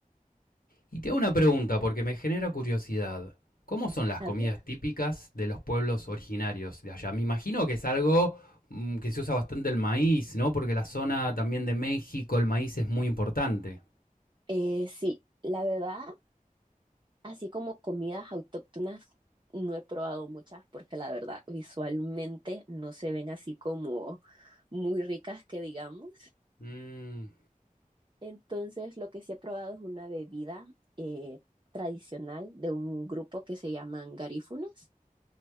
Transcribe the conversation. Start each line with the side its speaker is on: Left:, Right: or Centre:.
Left: Y te hago una pregunta porque me genera curiosidad. ¿Cómo son las
Right: A
Left: comidas
Right: ver.
Left: típicas de los pueblos originarios de allá? Me imagino que es algo mm, que se usa bastante el maíz, ¿no? Porque la zona también de México, el maíz es muy importante.
Right: Eh, sí, la verdad Así como comidas autóctonas, no he probado muchas porque la verdad visualmente no se ven así como muy ricas que digamos.
Left: Mm,
Right: Entonces lo que sí he probado es una bebida eh, tradicional de un grupo que se llaman garífunas